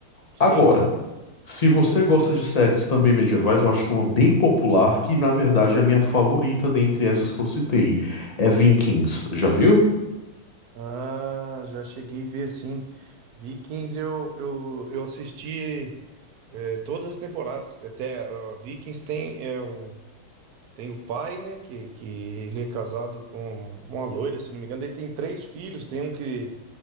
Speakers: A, on the right (about 60°); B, on the left (about 30°).
A: Sim.
B: Agora, se você gosta de séries também medievais, eu acho que é uma bem popular, que na verdade é a minha favorita dentre essas que eu citei, é Vikings. Já viu?
A: Ah, já cheguei a ver sim. Vikings eu, eu, eu assisti eh, todas as temporadas. Até ah, Vikings tem, é, o, tem o pai, né? Que, que ele é casado com uma loira, se não me engano. Ele tem três filhos, tem um que,